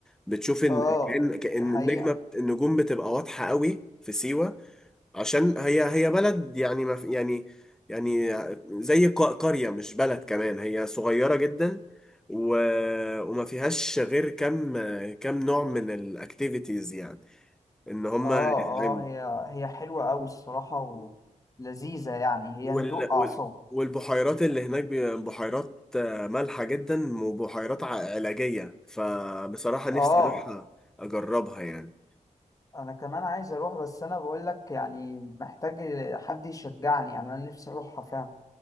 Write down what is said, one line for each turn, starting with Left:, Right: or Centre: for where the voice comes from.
Centre: بتشوف إن
Left: اه
Centre: كأن كأن
Left: دي حقيقة
Centre: النجمة النجوم بتبقى واضحة قوي في سيوة عشان هي هي بلد يعني ما في- يعني يعني زي ق- قرية مش بلد كمان هي صغيرة جدا و... وما فيهاش غير كم كم نوع من الاكتيفيتيز يعني ان هم
Left: اه
Centre: يتعملوا.
Left: اه هي هي حلوة أوي الصراحة ولذيذة يعني هي
Centre: وال...
Left: هدوء
Centre: وال...
Left: أعصاب
Centre: والبحيرات اللي هناك بي- بحيرات آه، مالحة جدا وبحيرات ع- علاجية فبصراحة نفسي
Left: اه
Centre: اروح اجربها يعني
Left: أنا كمان عايز أروح بس أنا بقولك يعني محتاج حد يشجعني يعني أنا نفسي أروحها فعلا